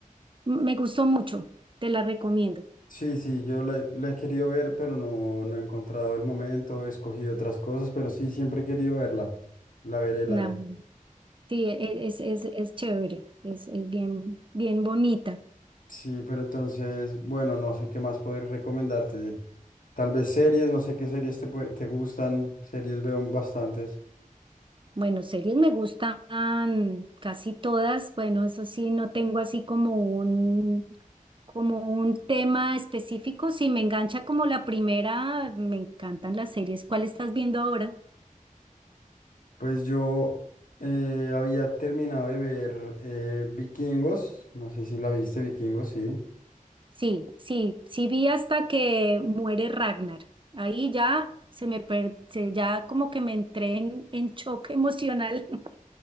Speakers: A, on the right; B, on the left.
A: M- Me gustó mucho, te la recomiendo.
B: Sí, sí, yo la, he la he querido ver, pero no, no he encontrado el momento, he escogido otras cosas, pero sí, siempre he querido verla. La veré, la
A: No,
B: veré.
A: sí, e- e, es, es, es chévere, es, es bien, bien bonita.
B: Sí, pero entonces, bueno, no sé qué más poder recomendarte. Tal vez series, no sé qué series te, pue- te gustan, series veo bastantes.
A: Bueno, series me gustan casi todas. Bueno, eso sí, no tengo así como un, como un tema específico. Si me engancha como la primera, me encantan las series. ¿Cuál estás viendo ahora?
B: Pues yo eh, había terminado de ver eh, Vikingos, no sé si la viste, Vikingos, sí.
A: Sí, sí, sí vi hasta que muere Ragnar. Ahí ya se me per- se- ya como que me entré en, en choque emocional. <laughs>